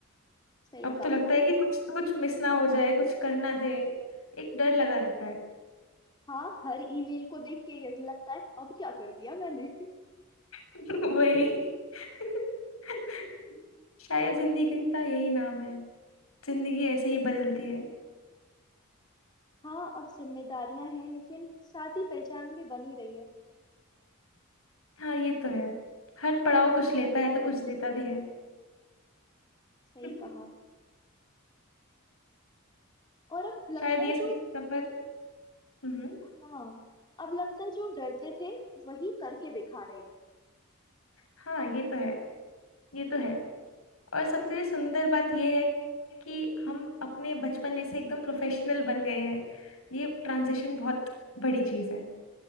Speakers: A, on the left (about 20°); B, on the left (about 85°).
A: सही
B: अब
A: कहा
B: तो लगता है कि कुछ कुछ मिस ना हो जाए कुछ करना दे एक डर लगा रहता है
A: हाँ हर ईमेल को देख के यही लगता है अब क्या कर दिया मैंने <laughs>
B: <laughs> वही <laughs> शायद जिंदगी का यही नाम है जिंदगी ऐसे ही बदलती है
A: हाँ अब जिम्मेदारियां हैं लेकिन साथ ही पहचान भी बनी रही है
B: हाँ ये तो है हर पड़ाव कुछ लेता है तो कुछ देता भी है
A: सही
B: <laughs>
A: कहा और अब लगता
B: शायद
A: है
B: ये सफर
A: जो
B: हम्म
A: हाँ अब लगता है जो डरते थे वही करके दिखा रहे हैं
B: हाँ ये तो है ये तो है और सबसे सुंदर बात यह है कि हम अपने बचपने से एकदम प्रोफेशनल बन गए हैं ये ट्रांजिशन बहुत बड़ी चीज है